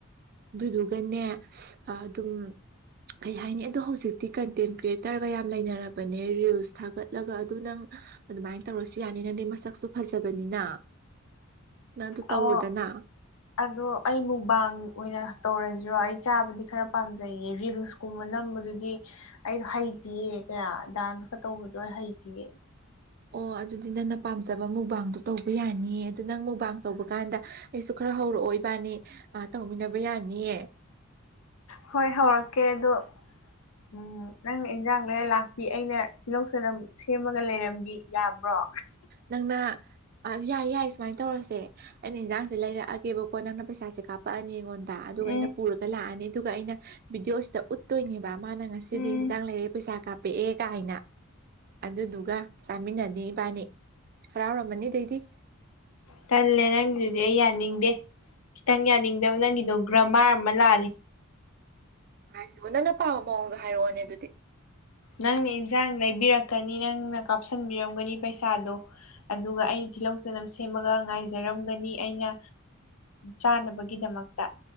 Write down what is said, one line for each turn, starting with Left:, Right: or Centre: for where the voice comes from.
Right: ꯑꯗꯨꯗꯨꯒꯅꯦ ꯑꯗꯨꯝ ꯀꯩ ꯍꯥꯏꯅꯤ ꯑꯗꯣ ꯍꯧꯖꯤꯛ ꯗꯤ ꯀꯟꯇꯦꯟ ꯀ꯭ꯔꯤꯌꯦꯇꯔꯒ ꯌꯥꯝ ꯂꯩꯅꯔꯕꯅꯦ ꯔꯤꯜꯁ ꯊꯥꯒꯠꯂꯒ ꯑꯗꯨ ꯅꯪ ꯑꯗꯨꯃꯥꯏꯅ ꯇꯧꯔꯁꯨ ꯌꯥꯅꯤ ꯅꯪꯗꯤ ꯃꯁꯛꯁꯨ ꯐꯖꯕꯅꯤꯅ ꯅꯪ ꯑꯗꯨ ꯇꯧꯔꯣꯗꯅ
Left: ꯑꯣ ꯑꯗꯣ ꯑꯩ ꯃꯨꯛꯕꯥꯡ ꯑꯣꯏꯅ ꯇꯧꯔꯁꯤꯔꯣ ꯑꯩ ꯆꯥꯕꯗꯤ ꯈꯔ ꯄꯥꯝꯖꯩꯌꯦ ꯔꯤꯜꯁ ꯀꯨꯝꯕ ꯅꯝꯕꯗꯨꯒꯤ ꯑꯩꯗꯣ ꯍꯩꯇꯦꯌꯦ ꯀꯌꯥ ꯗꯥꯟꯁꯀ ꯇꯧꯕꯗꯣ ꯑꯩ ꯍꯩꯇꯦꯌꯦ
Right: ꯑꯣ ꯑꯗꯨꯗꯤ ꯅꯪꯅ ꯄꯥꯝꯖꯕ ꯃꯨꯕꯥꯡꯗꯣ ꯇꯧꯕ ꯌꯥꯅꯤꯌꯦ ꯑꯗꯨ ꯅꯪ ꯃꯨꯕꯥꯡ ꯇꯧꯕ ꯀꯥꯟꯗ ꯑꯩꯁꯨ ꯈꯔ ꯍꯧꯔꯛꯑꯣꯏ ꯏꯕꯥꯅꯤ ꯇꯧꯃꯤꯟꯅꯕ ꯌꯥꯅꯤꯌꯦ
Left: ꯍꯣꯏ ꯍꯧꯔꯛꯀꯦ ꯑꯗꯣ ꯎꯝ ꯅꯪꯅ ꯏꯟꯖꯥꯡ ꯂꯩꯔ ꯂꯥꯛꯄꯤ ꯑꯩꯅ ꯇꯤꯜꯍꯧ ꯆꯥꯅꯝ ꯁꯦꯝꯃꯒ ꯂꯩꯔꯝꯕꯤ ꯌꯥꯕ꯭ꯔꯣ
Right: ꯅꯪꯅ ꯌꯥꯏ ꯌꯥꯏ ꯁꯨꯃꯥꯏꯅ ꯇꯧꯔꯁꯦ ꯑꯩꯅ ꯏꯟꯖꯥꯡꯁꯦ ꯂꯩꯔꯛꯑꯒꯦꯕꯀꯣ ꯅꯪꯅ ꯄꯩꯁꯥꯁꯦ ꯀꯥꯞ ꯄꯛꯑꯅꯤ ꯑꯩꯉꯣꯟꯗ ꯑꯗꯨꯒ
Left: ꯎꯝ
Right: ꯑꯩꯅ ꯄꯨꯔꯒ ꯂꯥꯛꯑꯅꯤ ꯑꯗꯨꯒ ꯑꯩꯅ ꯚꯤꯗꯤꯑꯣꯁꯤꯗ ꯎꯠꯇꯣꯏꯅꯦꯕ ꯃꯥꯅ ꯉꯁꯤꯗꯤ
Left: ꯎꯝ
Right: ꯏꯟꯖꯥꯡ ꯂꯩꯔꯛꯑꯦ ꯄꯩꯁꯥ ꯀꯥꯞꯄꯛꯑꯦ ꯀꯥꯏꯅ ꯑꯗꯨꯗꯨꯒ ꯆꯥꯃꯤꯟꯅꯅꯤ ꯏꯕꯥꯅꯤ ꯍꯔꯥꯎꯔꯝꯃꯅꯤ ꯑꯗꯩꯗꯤ
Left: ꯇꯜꯂꯦ ꯅꯪꯒꯤꯗꯨꯗꯤ ꯑꯩ ꯌꯥꯅꯤꯡꯗꯦ ꯈꯤꯇꯪ ꯌꯥꯅꯤꯡꯗꯕ ꯅꯪꯒꯤꯗꯣ ꯒ꯭ꯔꯃꯥꯔ ꯑꯃ ꯂꯥꯜꯂꯦ
Right: ꯍꯥꯏꯁꯤꯕꯨ ꯅꯪꯅ ꯄꯥꯕ ꯃꯑꯣꯡꯗꯣ ꯍꯥꯏꯔꯛꯑꯣꯅꯦ ꯑꯗꯨꯗꯤ
Left: ꯅꯪꯅ ꯏꯟꯖꯥꯡ ꯂꯩꯕꯤꯔꯛꯀꯅꯤ ꯅꯪꯅ ꯀꯥꯞꯁꯤꯟꯕꯤꯔꯝꯒꯅꯤ ꯄꯩꯁꯥꯗꯣ ꯑꯗꯨꯒ ꯑꯩꯅ ꯇꯤꯜꯍꯧ ꯆꯅꯝ ꯁꯦꯝꯃꯒ ꯉꯥꯏꯖꯔꯝꯒꯅꯤ ꯑꯩꯅ ꯆꯥꯅꯕꯒꯤꯗꯃꯛꯇ